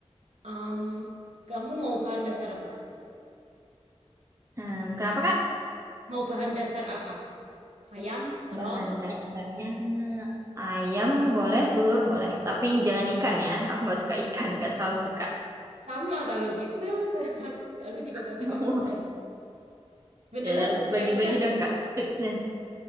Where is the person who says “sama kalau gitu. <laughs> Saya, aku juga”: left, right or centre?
Right